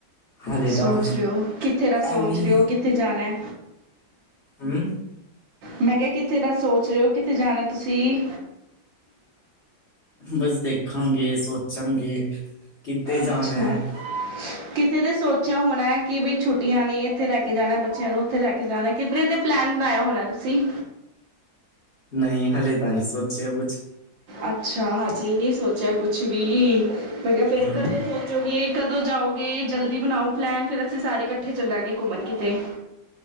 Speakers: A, on the left; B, on the right.
A: ਹਾਲੇ
B: ਸੋਚ
A: ਤਾਂ
B: ਰਹੇ ਹੋ ਕਿੱਥੇ ਦਾ ਸੋਚ
A: ਐਵੇਂ ਹੀ।
B: ਰਹੇ ਹੋ ਕਿੱਥੇ ਜਾਣਾ?
A: ਹੂੰ।
B: ਮੈਂ ਕਿਹਾ ਕਿੱਥੇ ਦਾ ਸੋਚ ਰਹੇ ਹੋ ਕਿੱਥੇ ਜਾਣਾ ਤੁਸੀਂ?
A: ਬਸ ਦੇਖਾਂਗੇ ਸੋਚਾਂਗੇ। ਕਿੱਥੇ ਜਾਣਾ
B: ਅੱਛਾ
A: ਹੈ।
B: ਕਿੱਥੇ ਤੇ ਸੋਚਿਆ ਹੋਣਾ ਕਿ ਬਈ ਛੁੱਟੀਆਂ ਨੇ ਇੱਥੇ ਲੈ ਕੇ ਜਾਣਾ ਬੱਚਿਆਂ ਨੂੰ ਉੱਥੇ ਲੈ ਕੇ ਜਾਣਾ ਕਿਧਰੇ ਦੇ ਪਲੈਨ ਬਣਾਇਆ ਹੋਣਾ ਤੁਸੀਂ?
A: ਨਹੀਂ ਹਲੇ ਤਾਂ ਨਹੀਂ ਸੋਚਿਆ ਕੁੱਛ
B: ਅੱਛਾ ਹਜੇ ਨਹੀਂ ਸੋਚਿਆ ਕੁੱਛ ਵੀ ਮੈਂ ਕਿਹਾ ਫਿਰ
A: ਹੂੰ
B: ਕਦੇ ਸੋਚੋਗੇ ਕਦੋਂ ਜਾਓਗੇ ਜਲਦੀ ਬਣਾਓ ਪਲੈਨ ਫਿਰ ਅਸੀਂ ਸਾਰੇ ਇਕੱਠੇ ਚੱਲਾਂਗੇ ਘੁੰਮਣ ਕਿਤੇ